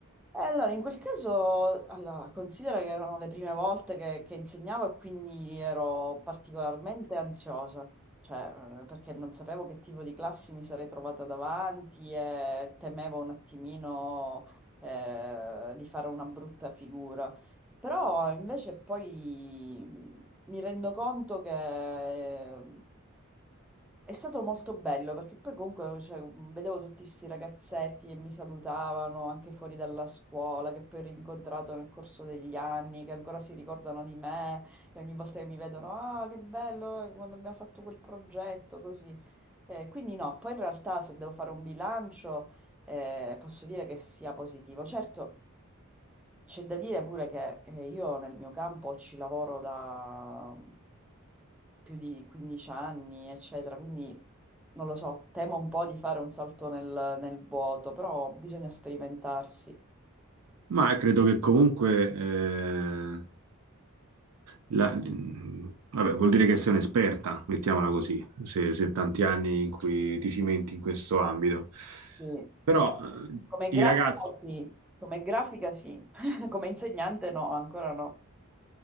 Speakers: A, in the centre; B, on the right.
A: e allora, in quel caso, allora, considera che erano le prime volte che, che insegnavo e quindi ero particolarmente ansiosa, cioè, eh, perché non sapevo che tipo di classi mi sarei trovata davanti e temevo un attimino, eh, di fare una brutta figura. Però invece poi mm, mi rendo conto che eh, È stato molto bello perché poi comunque cioè, vedevo tutti questi ragazzetti che mi salutavano anche fuori dalla scuola, che poi ho rincontrato nel corso degli anni, che ancora si ricordano di me e ogni volta che mi vedono, ah, che bello eh, quando abbiamo fatto quel progetto, così. Eh, quindi no, poi in realtà se devo fare un bilancio eh, posso dire che sia positivo. Certo. C'è da dire pure che eh, io nel mio campo ci lavoro da più di 15 anni, eccetera, quindi non lo so, temo un po' di fare un salto nel, nel vuoto, però bisogna sperimentarsi.
B: Ma credo che comunque, eh, la- mh, vabbè, vuol dire che sei un'esperta, mettiamola così, se, se tanti anni in cui ti cimenti in questo ambito.
A: Sì.
B: Però eh,
A: Come grafica
B: i ragazzi
A: sì, come grafica sì, <laughs> come insegnante no, ancora no.